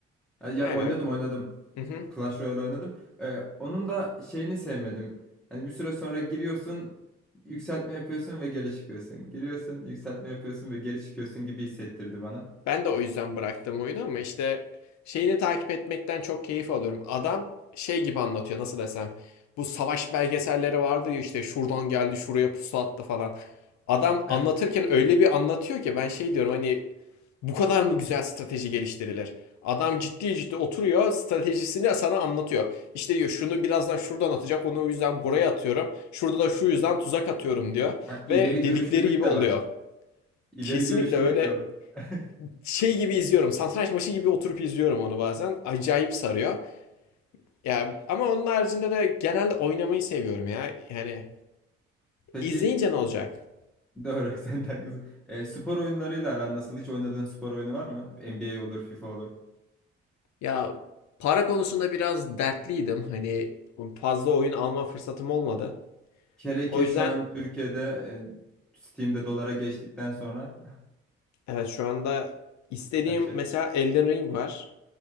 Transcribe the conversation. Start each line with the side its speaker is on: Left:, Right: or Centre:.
Centre: Ha, Ya
Left: Aynen.
Centre: oynadım oynadım.
Left: Mhm.
Centre: Clash Royale oynadım. Ee, onun da şeyini sevmedim. Hani bir süre sonra giriyorsun, yükseltme yapıyorsun ve geri çıkıyorsun. Giriyorsun, yükseltme yapıyorsun ve geri çıkıyorsun gibi hissettirdi bana.
Left: Ben de o yüzden bıraktım oyunu ama işte şeyini takip etmekten çok keyif alıyorum. Adam şey gibi anlatıyor nasıl desem. Bu savaş belgeselleri vardı ya işte şuradan geldi şuraya pusu attı falan. adam
Centre: Ha,
Left: anlatırken öyle bir anlatıyor ki ben şey diyorum hani bu kadar mı güzel strateji geliştirilir? Adam ciddi ciddi oturuyor stratejisini sana anlatıyor. İşte diyor şunu birazdan şuradan atacak onu o yüzden buraya atıyorum. Şurada da şu yüzden tuzak atıyorum diyor.
Centre: ha, ileri
Left: Ve
Centre: görüşlülük
Left: dedikleri gibi
Centre: de
Left: oluyor.
Centre: var. İleri
Left: Kesinlikle
Centre: görüşlülük
Left: öyle
Centre: de var. <laughs>
Left: şey gibi izliyorum. Satranç maçı gibi oturup izliyorum onu bazen. Acayip sarıyor. Ya ama onun haricinde de genelde oynamayı seviyorum ya. Yani
Centre: Peki
Left: izleyince ne olacak?
Centre: doğru <laughs> sen de haklısın. Ee, spor oyunlarıyla aran nasıl? Hiç oynadığın spor oyunu var mı? NBA olur, FIFA olur.
Left: Ya para konusunda biraz dertliydim. Hani fazla oyun alma fırsatım olmadı.
Centre: Hele ki
Left: O yüzden
Centre: şu an Türkiye'de e, Steam'de dolara geçtikten sonra
Left: evet şu anda istediğim
Centre: <laughs> her şey.
Left: mesela Elden Ring var.